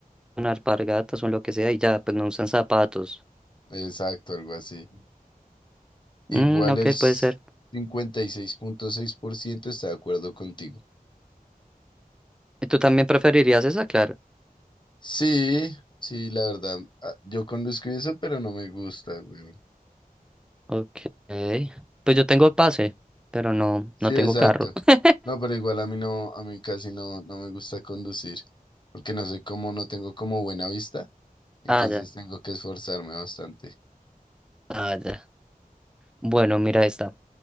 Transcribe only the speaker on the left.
exacto, algo así.
Igual
el s-
cincuenta y seis seis punto seis por ciento está de acuerdo contigo.
Sí, sí, la verdad, ah, yo conduzco y eso, pero no me gusta, güey.
Sí,
exacto.
No, pero igual a mí no, a mí casi no, no me gusta conducir, porque no sé cómo, no tengo como buena vista, entonces
tengo que esforzarme bastante.